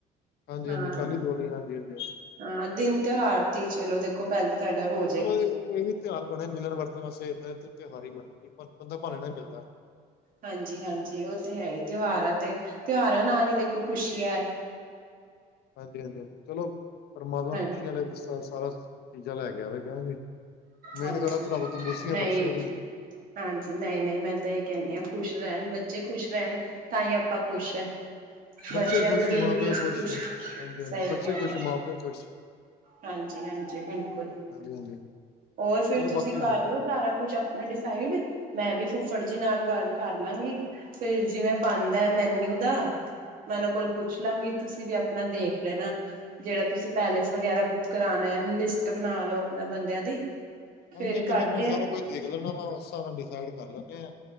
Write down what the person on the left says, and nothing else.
ਹਾਂਜੀ
ਹਾਂਜੀ ਪਹਿਲੀ ਦਿਵਾਲੀ ਹਾਂਜੀ ਹਾਂਜੀ
ਚਲੋ ਇਹੀ ਤਿਉਹਾਰ ਬਣੇ ਮਿਲਣ ਵਰਤਣ ਵਾਸਤੇ, ਇਏਦਾਂ ਤਿਉਹਾਰ ਹੀ ਬਣਿਆ ਜੀ ਬੰਦਾ ਭਾਣੇ ਨਾਲ ਹੀ ਮਿਲਦਾ
ਹਾਂਜੀ ਹਾਂਜੀ ਚਲੋ, ਪਰਮਾਤਮਾ
ਖੁਸ਼ੀਆਂ ਵਾਲੇ ਸ ਸਾਰਾ ਚੀਜ਼ਾਂ ਲੈ ਕੇ ਆਵੇ ਕਿਉ ਜੀ ਮੇਨ
ਗੱਲ ਆ, ਰਬ ਤੰਦਰੁਸਤੀ ਆ
ਬਖਸ਼ਿਆ ਜੀ
ਬੱਚੇ
ਖੁਸ਼
ਮਾਂ ਪਿਓ
ਖੁਸ਼
ਹਾਂਜੀ ਹਾਂਜੀ
ਬੱਚੇ
ਖੁਸ਼
ਮਾਂ ਪਿਓ ਖੁਸ਼
ਹਾਂਜੀ ਹਾਂਜੀ
ਚਲੋ
ਬਾਕੀ
ਹਾਂਜੀ
ਹਾਂਜੀ ਹਾਂਜੀ
ਫੇਰ ਮੈਂ, ਸਾਰਾ
ਕੁਛ ਦੇਖ ਲੈਦਾ ਵਾ ਉਸ ਹਿਸਾਬ ਨਾਲ ਡਿਸਾਈਡ ਕਰ ਲੈਂਨੇ ਆਾਂ